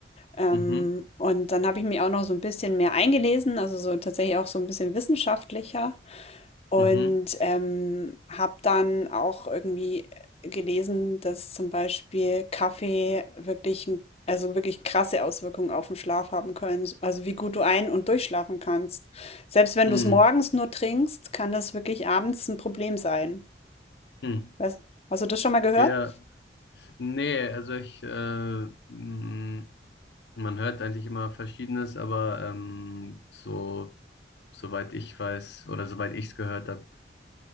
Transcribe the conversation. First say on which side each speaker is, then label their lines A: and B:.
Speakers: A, on the left; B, on the left.
A: Ähm,
B: Mhm.
A: und dann habe ich mich auch noch so ein bisschen mehr eingelesen, also so tatsächlich auch so ein bisschen wissenschaftlicher. Und,
B: Mhm.
A: ähm, habe dann auch irgendwie gelesen, dass zum Beispiel Kaffee wirklich 'n also, wirklich krasse Auswirkungen auf den Schlaf haben können, also, wie gut du ein und durchschlafen kannst. Selbst wenn
B: Mhm.
A: du es morgens nur trinkst, kann das wirklich abends ein Problem sein.
B: Mhm.
A: Weiß hast du das schon mal gehört?
B: Ja, nee, also ich, äh, mh, man hört eigentlich immer Verschiedenes, aber ähm, so, soweit ich weiß oder soweit ich es gehört habe,